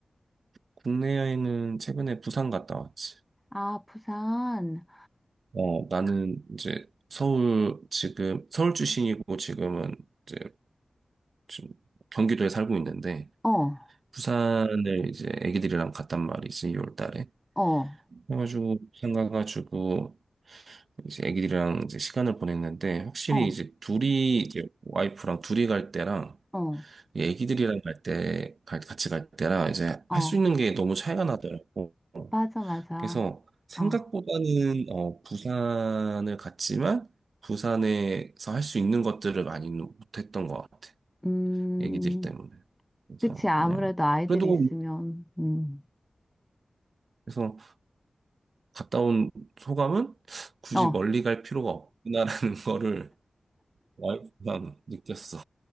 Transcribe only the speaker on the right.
국내에는 최근에 부산 갔다 왔지.
어, 나는 이제 서울 지금 서울 출신이고 지금은 이제 지금 경기도에 살고 있는데
부산을 이제 애기들이랑 갔단 말이지, 2월 달에.
그래가지고, 부산 가가지고, 이제 애기들이랑 이제 시간을 보냈는데, 확실히
이제 둘이, 이제 와이프랑 둘이 갈 때랑,
이 애기들이랑 갈 때, 갈- 같이 갈 때랑, 이제
할 수 있는 게 너무 차이가 나더라고.
그래서, 생각보다는,
어, 부산을 갔지만, 부산에서 할 수 있는 것들을 많이 못했던 것 같아.
애기들 때문에. 그래서,
그냥,
그래도,
뭐,
그래서 갔다 온 소감은 굳이
멀리 갈 필요가 없구나라는 <laughs> 거를 와이프랑 느꼈어.